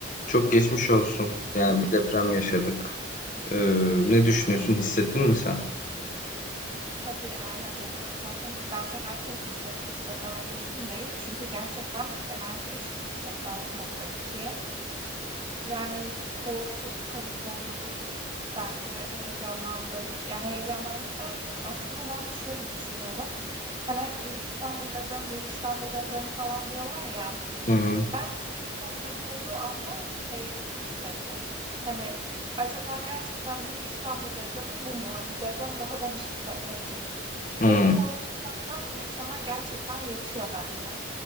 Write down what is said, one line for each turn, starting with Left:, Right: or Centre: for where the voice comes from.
Left: Çok geçmiş olsun. Yani bir deprem yaşadık. Ee, ne düşünüyorsun? Hissettin mi sen?
Right: Tabii, aynen. deprem zaten bence herkes hissetti. Hissetmemek mümkün değil. Çünkü gerçekten enerjisi çok yüksekti 6.2. Yani korktuk, panik olduk. Bence heyecanlandık. Yani heyecanlandık derken aslında ben şöyle düşünüyorum. Hani hep Büyük İstanbul depremi, Büyük İstanbul depremi falan diyorlar ya.
Left: Hı hı.
Right: Ben ilk deprem olduğu anda şey hissettim. Hani acaba gerçekten Büyük İstanbul depremi bu mu? Hani deprem daha da mı şiddetlenecek?
Left: Hı,
Right: O korku zaten insana gerçekten yetiyor bence.